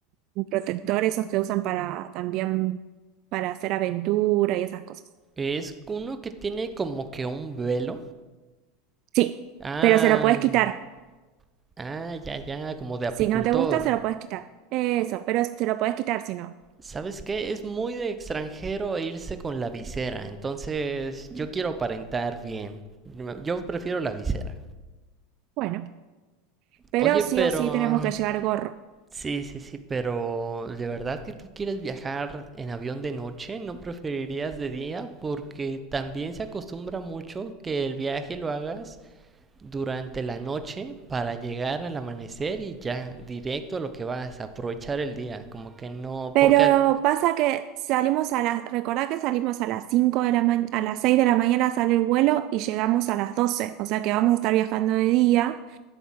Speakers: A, on the right; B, on the right.
A: un protector, esos que usan para también para hacer aventura y esas cosas.
B: Es uno que tiene como que un velo.
A: Sí,
B: Ah,
A: pero se lo puedes quitar.
B: ah, ya, ya, como de
A: Si
B: apicultor.
A: no te gusta, se lo puedes quitar. Eso, pero se lo puedes quitar si no.
B: ¿Sabes qué? Es muy de extranjero e irse con la visera, entonces yo quiero aparentar bien. Yo prefiero la visera.
A: Bueno, pero
B: Oye,
A: sí
B: pero...
A: o sí tenemos que llevar gorro.
B: Sí, sí, sí, pero ¿de verdad que tú quieres viajar en avión de noche? ¿No preferirías de día? Porque también se acostumbra mucho que el viaje lo hagas durante la noche para llegar al amanecer y ya, directo a lo que vas, aprovechar el día, como que no,
A: Pero
B: porque...
A: pasa que salimos a las, recordá que salimos a las 5 de la ma- a las 6 de la mañana sale el vuelo y llegamos a las 12, o sea que vamos a estar viajando de día,